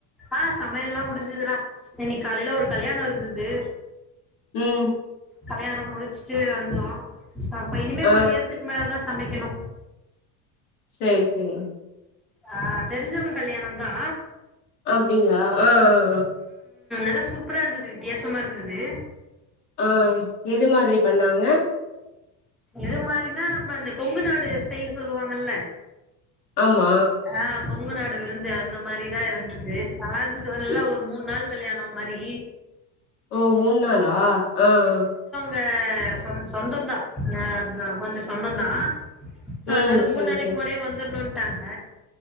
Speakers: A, in the centre; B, on the left.
A: ஆஹ் சமையல்லா முடின்சுதுடா என்னைக் காலைல ஒரு கல்யாணொ இருந்தது
B: உம்
A: கல்யாணொ முடிச்சுட்டு வந்தோ ச அப்ப இனிமே
B: ஆ
A: மதியானத்துக்கு மேலதா சமைக்கணு
B: செரி சேரி
A: ஆஹ் தெரிஞ்சோங்க கல்யாணந்தா
B: அப்டிங்ளா ஆஹ் ஆஹ் ஆஹ்
A: லா சூப்பரா இருந்தது வித்தியாசமா இருந்தது
B: ஆஹ் எது மாதிரி பண்ணாங்க
A: எது மாரின்னா நம்ம அந்த கொங்கு நாடு ஸ்டைல் சொல்லுவாங்கல்ல
B: ஆமா
A: ஆ கொங்கு நாடு விருந்து அந்த மாரிதா இருந்தது நாலா எதுஞ் சொல்ல
B: இ-
A: ஒரு மூண் நாள் கல்யாணோ மாரி
B: ஓ மூண் நாளா ஆஹ் ஓர்
A: க சொந் சொந்தந்தா கொஞ்ச சொந்தந்தா சோ அதுனால
B: ம்
A: மூண்
B: செரி
A: நாளைக்கு
B: செரி
A: முன்னாடியே வந்துர்ணுன் ட்டாங்க